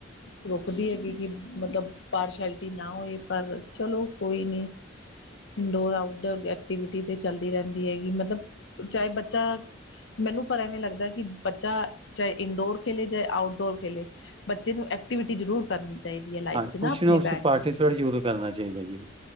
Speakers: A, on the left; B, on the right.
A: ਰੁਕਦੀ ਹੈਗੀ ਕਿ ਮਤਲਬ, ਪਾਰਸ਼ੈਲਿਟੀ ਨਾ ਹੋਏ ਪਰ ਚਲੋ ਕੋਈ ਨੀ। ਇੰਡੋਰ ਆਊਟਡੋਰ ਐਕਟੀਵਿਟੀ ਤੇ ਚੱਲਦੀ ਰਹਿੰਦੀ ਹੈਗੀ ਮਤਲਬ ਚਾਹੇ ਬੱਚਾ ਮੈਨੂੰ ਪਰ ਐਵੇਂ ਲੱਗਦਾ ਕਿ ਬੱਚਾ ਚਾਹੇ ਇੰਡੋਰ ਖੇਲੇ ਚਾਹੇ ਆਊਟਡੋਰ ਖੇਲੇ ਬੱਚੇ ਨੂੰ ਐਕਟੀਵਿਟੀ ਜ਼ਰੂਰ ਕਰਨੀ। ਚਾਹੀਦੀ ਹੈ ਲਾਈਫ
B: ਹਾਂ
A: 'ਚ
B: ਕੁਛ
A: ਆਪਣੀ
B: ਨਾ ਕੁਛ
A: ਬਹਿ
B: ਪਾਰਟੀਸਪੇਟ
A: ਕੇ
B: ਜ਼ਰੂਰ ਕਰਨਾ ਚਾਹੀਦਾ ਜੀ।